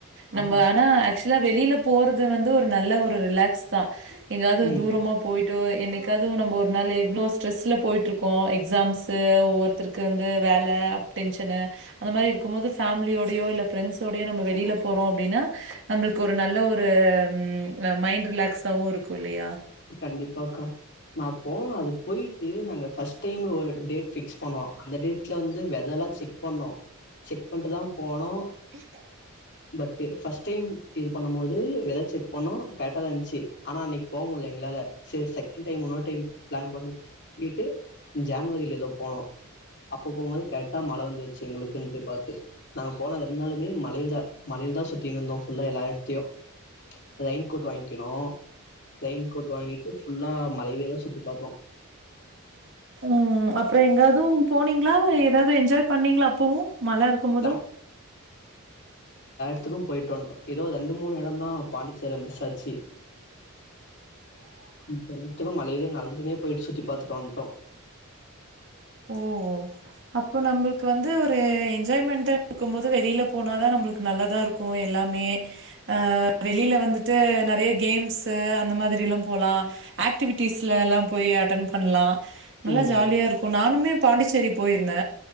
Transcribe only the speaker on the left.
ஆமாக்கா
ம்
கண்டிப்பாக்கா நா போனோ அதுக் போயிட்டு நாங்க ஃபர்ஸ்ட் டைம்ல ஒரு டேட் ஃபிக்ஸ் பண்ணோ அந்த டேட்ல வந்து வெதர் லா செக் பண்ணோ செக் பண்ட்டு தா போனோ
பட்டு ஃபர்ஸ்ட் டைம் இது பண்ணும் போது வெதர் செக் பண்ணோ கரெக்ட்டா தா இந்ச்சு ஆனா அன்னைக் போ முல்ல ங்ளால சேரி சக்கெண்ட் டைம் உன்னொரு டைம் பிளான் பண்ணுட் ண்ணிட்டு ஜன்வரில ஏதோ போனோ அப்ப போம்போது கரெக்டா மழை வந்துருச்சு எங்குளுக்குன்ட்டு பாத்து நாங்க போன ரெண் நாளுமே மழையில மழ ல் தா சுத்தினுந்தோ ஃபுல்லா எல்லா எட்த்தையு ரெயின் கோட் வாங் கினு ரெயின் கோட் வாங்கிட்டு ஃபுல்லா மலைவேதா சுத்தி பாத்தோ
பிளான் த்துக்கும் போயிட்டு வந்ட்டோ ஏதோ ரெண்டு மூணு எடோந் தா பாண்டிச்சேல மிஸ் ஆச்சு <inaudible> மழையிலே நல்சினே போயிட் சுத்தி பாத்துட்டு வந்ட்டோ
ம்